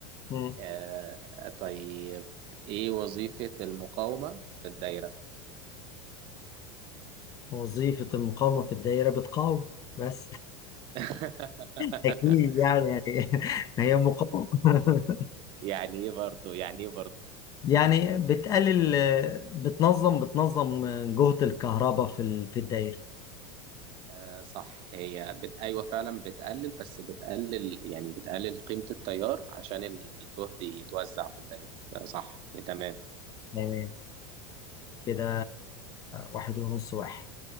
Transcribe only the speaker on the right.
آه طيب إيه وظيفة المقاومة في الدايرة؟
<laughs>
يعني إيه برضه يعني إيه برضه
آه صح هي بت... أيوة فعلا بتقلل بس بتقلل يعني بتقلل قيمة التيار عشان ال- الجهد يتوزع في الدايرة آه، صح إيه، تمام